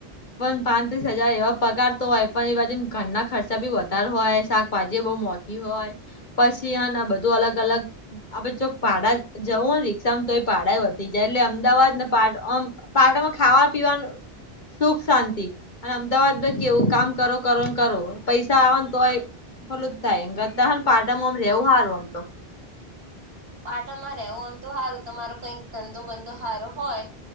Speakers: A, on the left; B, on the right.
A: પણ પાંત્રીસ હજાર એવા પગારતો હોય પણ એ બાજુ ઘરના ખર્ચા બી વધારે હોય શાકભાજી બહુ મો હોય પછી આને બધું અલગ અલગ આપે ચોક પાડા જવું ને રિક્ષામ તો એ પાાડા વધી જાય એટલે અમદાવાદ નેમ પારટમાં ખાવા પીવાનું સુખ શાંતિ અને અમદાવાદમાં કેવું કામ કરો કરો ને કરો પૈસા આવવાને તો હોય ખોલું જ થાય એ કરતા પાટામાંમ રવું સારું આમ તો
B: પાટણમાં રહેવું આમ તો સારું તમારો કઈક ધંધો બંધો સારો હોય